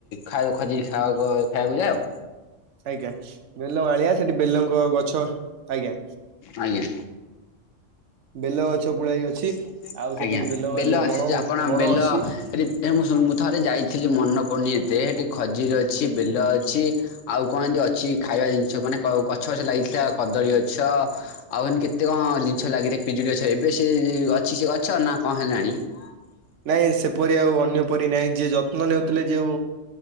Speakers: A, on the left; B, on the right.
A: ଖାଅ ଖଜିରି ଖବା ଖାଇବାକୁ ଯାଅ?
B: ଆଜ୍ଞା ବେଲ ଆଳିଆ ସେଠି ବେଲଙ୍କ ଗଛ ଆଜ୍ଞା।
A: ଆଜ୍ଞା
B: ବେଲ ଗଛ ପୁଳାଏ।
A: <unintelligible>
B: ଅଛି। ଆଉ ସେଠି
A: ଆଜ୍ଞା ବେଲ
B: ମାରି ବଣ
A: ସେ ଯ ଆପଣ
B: ବଣ
A: ବେଲ
B: ଅଛି
A: ସେଠି ଏ ମୁଁ ସୁ ମୁଁ ଥରେ ଯାଇଥିଲି ମନ ପଡୁନି ଏତେ ସେଠି ଖଜିର ଅଛି ବେଲ ଅଛି। ଆଉ କଣ ଏମିତି ଅଛି ଖାଇବା ଜିନିଷ ମାନେ କ ଗଛ ଗଛ ଲାଗିଥିଲା କଦଳୀ ଗଛ ଆଉ ଏମିତି କେତେ କଣ ଜିନିଷ ଲାଗିଥାଏ ପିଜୁଳି ଗଛ ଏବେ ସେ ଅଛି ସେ ଗଛ ନା କଣ ହେଲାଣି? <unintelligible>
B: ନାଇଁ ସେପରି ଆଉ ଅନ୍ୟପରି ନାଇଁ ଯିଏ ଯତ୍ନ ନେଉଥିଲେ ଯୋଉ